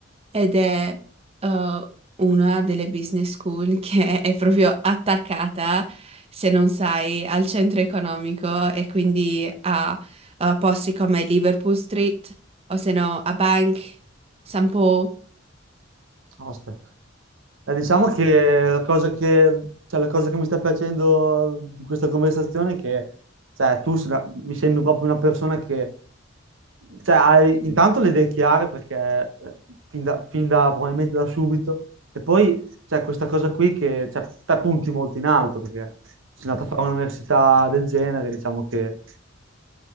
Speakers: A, on the right; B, on the right.
A: Ed è eh, una delle business school <laughs> che è proprio attaccata, se non sai, al centro economico e quindi a eh, posti come Liverpool Street o se no a Bank, San Po.
B: Ostia. Eh, diciamo che la cosa che, cioè, la cosa che mi sta piacendo di questa conversazione è che cioè, tu se la- mi sembri proprio una persona che cioè, hai intanto le idee chiare perché eh, fin da, fin da- probabilmente da subito e poi c'è questa cosa qui che cioè, te punti molto in alto perché sei andato a fare un'università del genere, diciamo che...